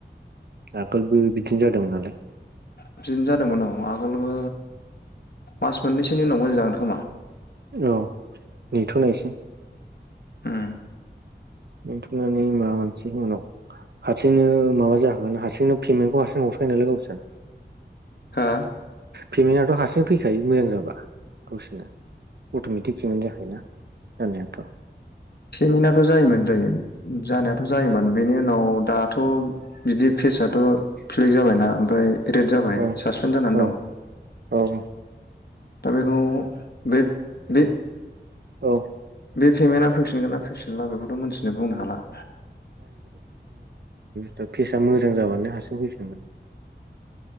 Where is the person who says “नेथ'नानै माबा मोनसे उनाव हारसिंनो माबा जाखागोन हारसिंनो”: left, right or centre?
Right